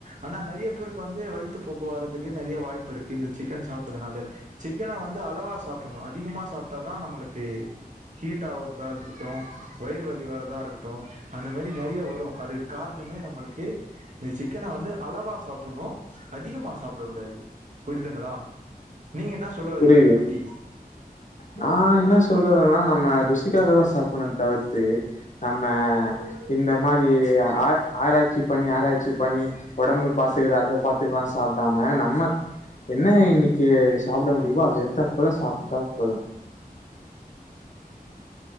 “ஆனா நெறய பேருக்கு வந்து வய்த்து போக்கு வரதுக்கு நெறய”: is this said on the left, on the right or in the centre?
Right